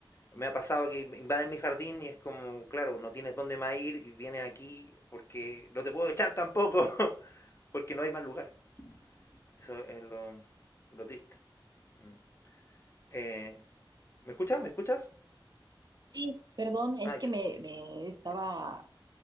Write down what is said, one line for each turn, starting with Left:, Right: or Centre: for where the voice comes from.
Left: me ha pasado que invaden mi jardín y es como, claro, no tienes dónde más ir y vienes aquí porque no te puedo echar tampoco, <laughs> porque no hay más lugar. Eso es lo, lo triste. Mm. Eh, ¿Me escuchas? ¿Me escuchas?
Right: Sí, perdón, es
Left: Ah, ya,
Right: que me, me estaba,
Left: sí.